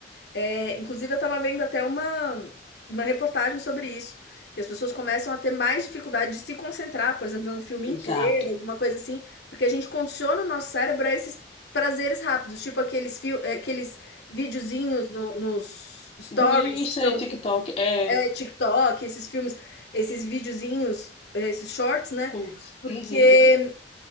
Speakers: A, on the left; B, on the left.
A: É, inclusive, eu estava vendo até uma, uma reportagem sobre isso, que as pessoas começam a ter mais dificuldade de se concentrar, por exemplo, ver um filme
B: Exato.
A: inteiro, alguma coisa assim, porque a gente condiciona o nosso cérebro a esses prazeres rápidos, tipo aqueles, fio, eh, aqueles videozinhos no- nos stories,
B: Do Insta
A: que são
B: e TikTok. É,
A: é, TikTok, esses filmes, esses videozinhos, eh, esses shorts, né?
B: culto.
A: Porque
B: Uhum.